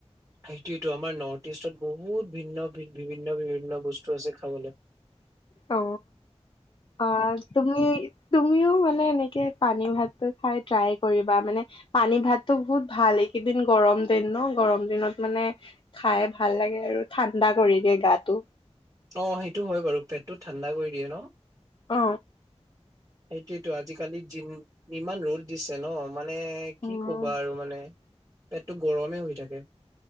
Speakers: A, on the right; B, on the left.
A: সেইটোয়েটো আমাৰ নৰ্থ ইষ্টত বহুত ভিন্ন ভিন্ন বিভিন্ন বিভিন্ন বস্তু আছে খাবলে।
B: অ অ তুমি তুমিও মানে এনেকে পানী ভাতটো খাই ট্ৰাই কৰিবা মানে পানী ভাতটো বহুত ভাল এইকেইদিন গৰম দে ন গৰম দিনত মানে খাই ভাল লাগে আৰু ঠাণ্ডা কৰি দিয়ে গাটো।
A: অ সেইটো হয় বাৰু পেটটো ঠাণ্ডা কৰি দিয়ে ন।
B: অ
A: সেইটোয়েতো আজিকালি যি যিমান ৰ'দ দিছে ন মানে কি
B: উম
A: কবা আৰু মানে! পেটতটো গৰমে হৈ থাকে